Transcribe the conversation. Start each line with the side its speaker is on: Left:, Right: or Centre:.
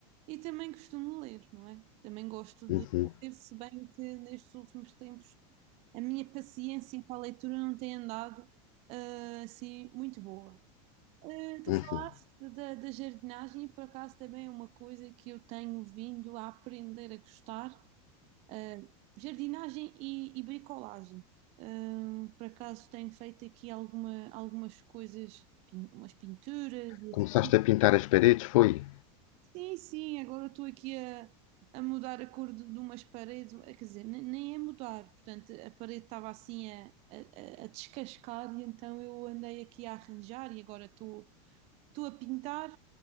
Right: e também costumo ler, não é? Também gosto de
Left: Uhum,
Right: ler, se bem que nestes últimos tempos a minha paciência para a leitura não tem andado, ah, assim muito boa. Eh, Tu
Left: uhum.
Right: falaste da, da jardinagem e por acaso também é uma coisa que eu tenho vindo a aprender a gostar, eh, jardinagem e, e bricolagem. Eh, por acaso tenho feito aqui alguma, algumas coisas, pin- umas pinturas e assim.
Left: Começaste a pintar as paredes, foi?
Right: Sim, sim, agora estou aqui a, a mudar a cor de, de umas paredes, eh, quer dizer, ne- nem é mudar, portanto a parede estava assim a, a, a- a descascar e então eu andei aqui a arranjar e agora estou estou a pintar,